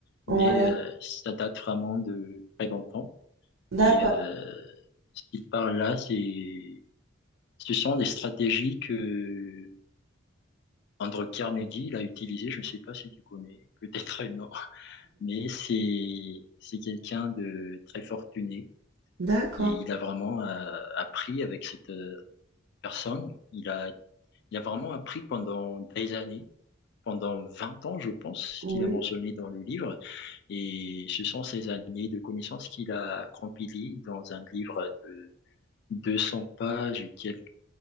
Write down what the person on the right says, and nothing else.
Ouais,
d'accord.
D'accord.
Oui,